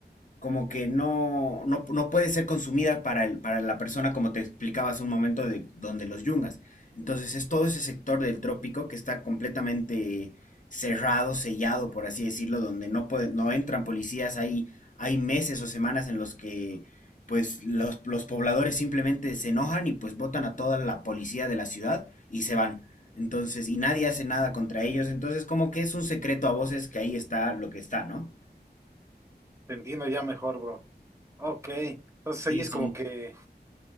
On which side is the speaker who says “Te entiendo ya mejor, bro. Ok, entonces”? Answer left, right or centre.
Right